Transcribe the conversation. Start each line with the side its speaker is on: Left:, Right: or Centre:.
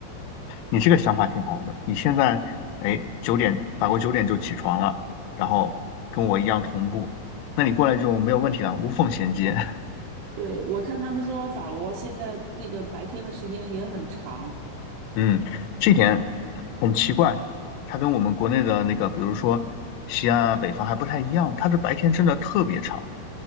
Left: 你这个想法挺好的。你现在，哎，九点，法国九点就起床了，然后跟我一样同步，那你过来就没有问题了，无缝衔接。
Right: 对，我看他们说法国现在那个白天的时间也很长。
Left: <laughs> 嗯，这点很奇怪，它跟我们国内的那个，比如说西安啊、北方还不太一样，它的白天真的特别长，